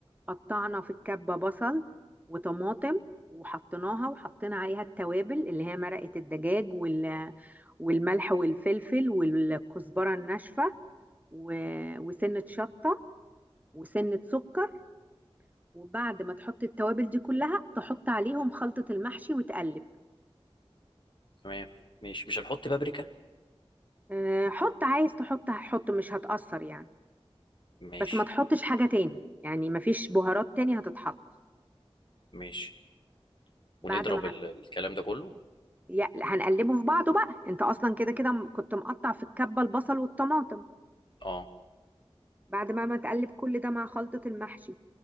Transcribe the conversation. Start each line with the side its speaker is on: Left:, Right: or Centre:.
Right: قطعنا في الكبة بصل وطماطم وحطيناها وحطينا عليها التوابل اللي هي مرقة الدجاج وال... والملح والفلفل والكزبرة الناشفة و... وسنة شطة وسنة سكر وبعد ما تحط التوابل دي كلها تحط عليهم خلطة المحشي وتقلب
Left: تمام ماشي مش هنحط بابريكا
Right: آه، حط عايز تحط هحط مش هتأثر يعني
Left: ماشي
Right: بس ما تحطش حاجة تاني يعني ما فيش بهارات تاني هتتحط
Left: ماشي
Right: بعد
Left: ونضرب
Right: ما
Left: ال- الكلام ده كله
Right: يا- هنقلبه في بعضه بقى انت اصلا كده كده م- كنت مقطع في الكبه البصل والطماطم
Left: اه
Right: بعد ما ما تقلب كل ده مع خلطه المحشي